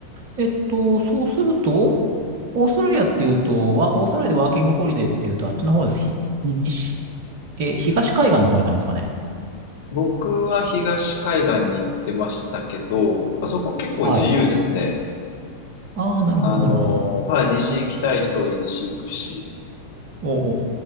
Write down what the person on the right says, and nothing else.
えっと、そうすると、オーストラリアっていうと、わオーストラリアでワーキングホリデーっていうと、あっちの方です。ひ、西、えー東海岸の方になるんですかね。
はい。ああ、なるほど、
なるほど。
おーおー、